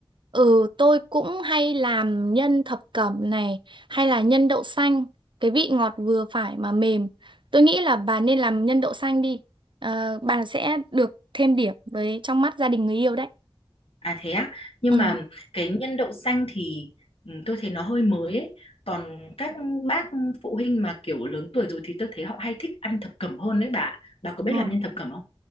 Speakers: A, on the right; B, on the left.
A: Ừ, tôi cũng hay làm nhân thập cẩm này, hay là nhân đậu xanh, cái vị ngọt vừa phải mà mềm. Tôi nghĩ là bà nên làm nhân đậu xanh đi, Ờ, bà sẽ được thêm điểm với trong mắt gia đình người yêu đấy.
B: À thế á, nhưng
A: Ừ.
B: mà cái nhân đậu xanh thì ừ, tôi thấy nó hơi mới ấy. Còn các bác phụ huynh mà kiểu lớn tuổi rồi thì tôi thấy họ hay thích ăn thập cẩm hơn đấy bà. Bà có biết
A: Ừ.
B: làm nhân thập cẩm không?